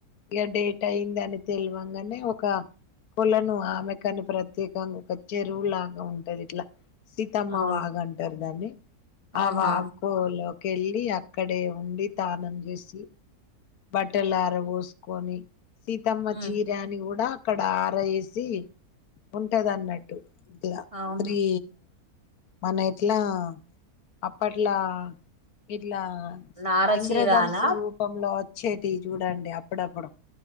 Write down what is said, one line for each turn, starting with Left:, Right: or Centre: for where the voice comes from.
Left: ఇగ డేట్ అయిందాని తెలువంగానే ఒక. కొలను ఆమెకాని ప్రత్యేకంగా ఒక చెరువులాగా ఉంటది ఇట్లా. సీతమ్మ
Right: అవును
Left: వాగ్ అంటారు దాన్ని ఆ
Right: ఆహా
Left: వాగు లో. కెళ్ళి అక్కడే ఉండి తానం చేసి. బట్టలర పోసుకొని సీతమ్మ
Right: ఉమ్
Left: చీర అని కూడా. అక్కడ ఆరేసి ఉంటది అన్నట్టు ఇగ
Right: అవును
Left: త్రీ. మనవేట్లా అప్పట్లా. ఇట్లా
Right: నార
Left: ఇంద్రధనుస్సుల
Right: చీరానా
Left: రూపంలో వచ్చేది చూడండి అప్పుడప్పుడు.